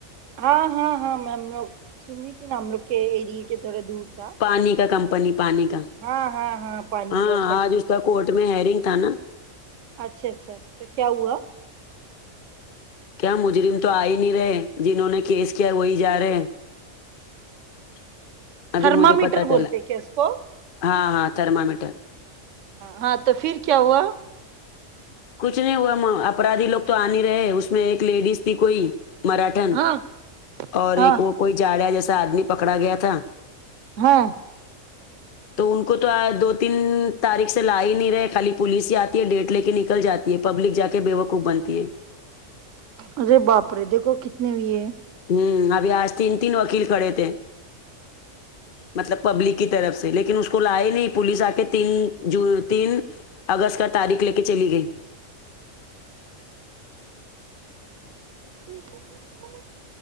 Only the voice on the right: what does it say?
ہاں ہاں ہاں میں ہم لوگ سنی تھی نا ہم لوگ کے ایریے کے تھوڑا دور تھا
ہاں ہاں ہاں پانی
کا کھجور
اچھا اچھا پھر کیا ہوا
تھرمامیٹر
بولتے کیا اس کو
ہاں تو پھر کیا ہوا
ہاں
ہاں
ہاں
ارے باپرے دیکھو کتنے ہوئی ہے
<unintelligible>